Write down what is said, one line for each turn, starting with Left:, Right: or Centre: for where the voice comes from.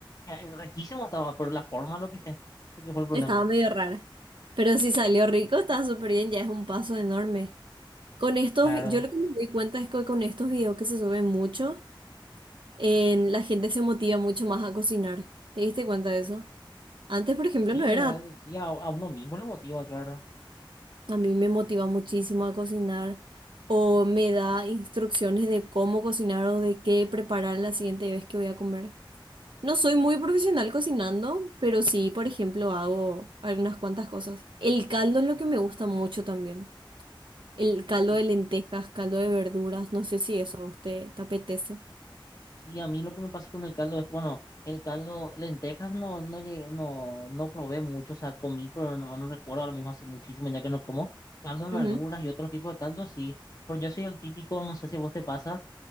Left: eh, Riquísimo estaba, pero la forma lo que, <laughs> lo que fue el problema.
Right: Estaba medio rara. Pero si salió rico, está súper bien, ya es un paso enorme. Con estos,
Left: Claro.
Right: vi- yo lo que me doy cuenta es que con estos videos que se suben mucho, en- la gente se motiva mucho más a cocinar. ¿Te diste cuenta de eso? Antes, por ejemplo,
Left: Sí,
Right: no era.
Left: eh, sí, a, a uno mismo le motiva, claro.
Right: A mí me motiva muchísimo a cocinar o me da instrucciones de cómo cocinar o de qué preparar la siguiente vez que voy a comer. No soy muy profesional cocinando, pero sí, por ejemplo, hago algunas cuantas cosas. El caldo es lo que me gusta mucho también. El caldo
Left: El
Right: de
Left: ca-
Right: lentejas, caldo de verduras, no sé si eso a usted te apetece.
Left: sí, a mí lo que me pasa con el caldo es, bueno, el caldo, lentejas no, no llegué, no, no probé mucho, o sea, comí, pero no, no recuerdo ahora mismo hace muchísimo ya que no como. Caldo de
Right: Ujú.
Left: verduras y otro tipo de caldo, sí. Pero yo soy el típico, no sé si a vos te pasa,